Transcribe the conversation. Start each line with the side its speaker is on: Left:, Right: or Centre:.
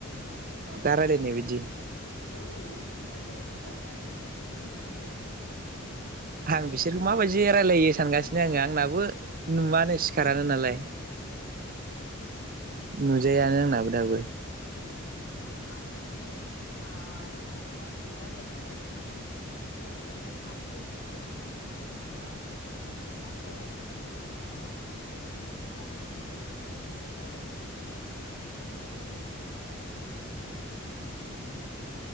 Left: माबानि सायाव
Right: दा रायलायनाय
Left: मा होनो
Right: बायदि
Left: ओ औ औ ओं इदिनो रायलाय नाय बादिनो रायलायो। बिसोरबो बिदिनो
Right: आं बिसोरखौ माबायदि रायलायो सानगासिनो आङो आंनाबो नुवानो सिखारा नालाय
Left: ओं
Right: नुजायानो आंनाबो दाबो
Left: आं सानै साथाम मानसिजों रायलायबाय रायलायनाया ओमफाय इदि नोंजों दा साब्रै जेनेबा नों मोनायावबो हरदोंमोन नालाय आमफाय मैया सानाव आङो बै माबाजों रायजलायदोंमोन देंखोस्रिजों रायजलायदोंमोन आगैजों <inaudible>